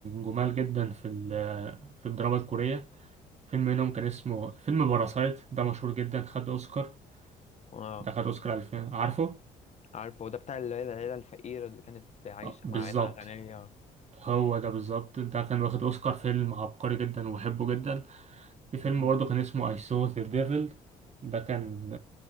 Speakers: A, on the right; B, on the left.
A: جمال جدا في ال- في الدراما الكورية فيلم منهم كان اسمه فيلم باراسايت ده مشهور جدا خد أوسكار
B: اه
A: ده خد أوسكار 2000 عارفه؟
B: عارف هو ده بتاع العيله العيله الفقيره اللي كانت عايشه
A: آه، بالظبط
B: مع عيله غنيه
A: هو ده بالظبط ده كان واخد أوسكار فيلم عبقري جدا وبحبه جدا في فيلم
B: <laughs>
A: برضه كان اسمه I Saw the Devil ده كان